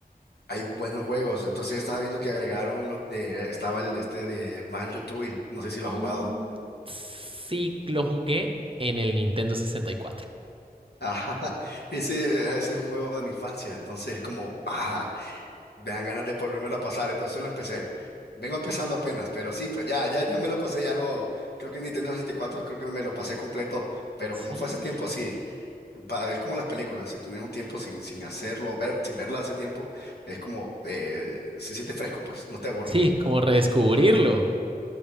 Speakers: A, on the left; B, on the right.
A: Hay buenos juegos. Entonces estaba viendo que agregaron los de, estaba el este de Banjo-Tooie. No sé si lo
B: Mm,
A: has jugado.
B: sí, lo jugué en el Nintendo sesenta y cuatro.
A: Ajá. <laughs> Ese, ese es un juego de mi infancia. Entonces es como, ah, me dan ganas de volvérmelo a pasar. Entonces lo empecé. Vengo empezando apenas, pero sí, pues ya, ya, ya me lo pasé, ya lo, creo que en Nintendo sesenta y cuatro, creo que me lo pasé completo, pero
B: Sí.
A: como fue hace tiempo, sí, pa- es como las películas, si tienes un tiempo sin, sin hacerlo, ver, sin verla hace tiempo, es como, eh, se siente fresco, pues, no te aburre
B: Sí, como redescubrirlo.